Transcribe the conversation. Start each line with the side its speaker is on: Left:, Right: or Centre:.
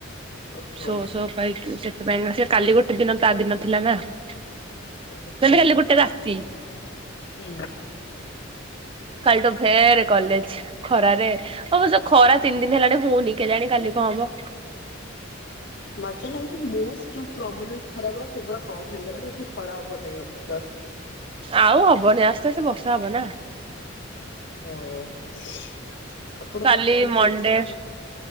Left: ଓହୋ
Right: ସୋ ସୋ କହିକି ସେଥିପାଇଁ ସେ କାଲି ଗୋଟେ ଦିନ ତା ଦିନ ଥିଲା ନା। <unintelligible>
Left: ଓହୋ
Right: ଗୋଟେ ରାତି।
Left: ହୁଁ।
Right: କାଲି ଟୁ ଫେରେ କଲେଜ୍। ଖରାରେ ଅବଶ୍ୟ ଖରା ତିନି ଦିନ ହେଲାଣି ହଉନି କେଜାଣି କାଲି କଣ ହବ?
Left: ମଜା ଲାଗୁଛି ମୋଷ୍ଟ ଯୋଉ <unintelligible> ଖରା ଗୂରା ସେଗୁରା କମ ହେଇଗଲାଣିା ଏବେ ଖରା ହବ ନାହିଁ ଅଧିକ।
Right: ଆଉ ହବନି ଆସ୍ତେ ଆସ୍ତେ ବର୍ଷା ହବ ନା।
Left: ଓ ଆପଣଙ୍କ
Right: କାଲି
Left: କଲ
Right: ମଣ୍ଡେ
Left: ଚେକ୍ ହେଇଗଲାଣି।